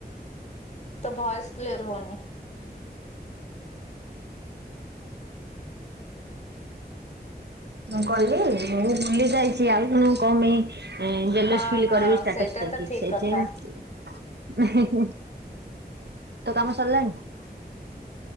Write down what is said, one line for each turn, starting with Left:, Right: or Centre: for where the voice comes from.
Left: ତ ଭଏସ କ୍ଲିୟର ହଉନି।
Right: ମୁଁ କହିଲି ମୁଁ ବୁଲି ଯାଇଛି ଆଉ ଜଣକୁ କଣପାଇଁ। ଜଲଲସ
Left: ହଁ
Right: ଫିଲ୍
Left: ହଁ
Right: କରବି ଷ୍ଟାର୍ଟସ
Left: ସେଇଟା
Right: ଦେଇକି
Left: ତ ଠିକ
Right: ସେଥିପାଇଁ
Left: କଥା
Right: ମୁଁ ଦିଏନି। ତ କାମ ସରିଲାନି।